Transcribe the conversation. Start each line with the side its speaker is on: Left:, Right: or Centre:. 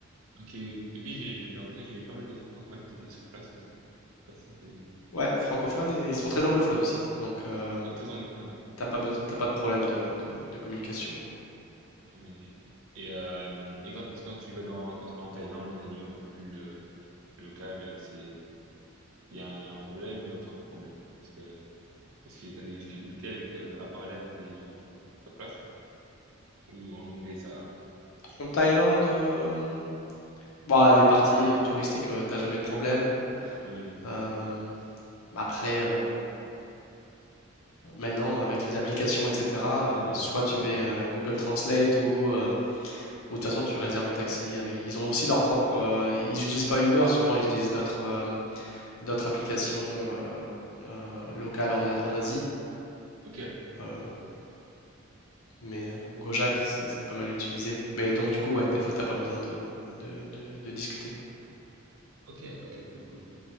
Right: ok, oui. Et puis j'ai j'ai entendu qu'il y avait pas mal de francophones qui étaient sur place aussi. Je sais pas si c'est
Left: Ouais, francophone et ils sont très anglophones aussi. Donc. euh,
Right: ouais, très anglophone, ouais.
Left: T'as pas beso-
Right: Ok.
Left: t'as pas de problème de, de- de communication.
Right: Oh, magnifique. Et euh, et quand tu- quand tu vas dans quand tu vas en Thaïlande dans des lieux un peu plus euh, locaux, c'est il y a, un- il y a un problème, euh, enfin problème, parce que Est-ce que t'as des difficultés avec euh, à parler avec les gens euh, sur place? Ou en anglais ça...
Left: En Thaïlande, euh, bon, les parties euh, touristiques, euh, t'as jamais de problème.
Right: Oui,
Left: Euh, mais après, euh, maintenant, avec les applications, etc., euh,
Right: c'est vrai,
Left: soit
Right: c'est
Left: tu
Right: ça,
Left: mets
Right: ouais.
Left: euh, Google Translate ou, euh, ou de toute façon, tu réserves le taxi avec. Ils ont aussi leur propre. euh, ils n'utilisent pas Uber, souvent, ils utilisent d'autres euh, d'autres applications euh, euh, locales en, A- en Asie.
Right: Ok,
Left: Euh,
Right: Bah,
Left: mais euh, Gojek, c'est c'est pas mal utilisé. Mais donc, du coup, ouais, des fois, t'as pas besoin de, de de- de discuter.
Right: ok, ok, cool, cool.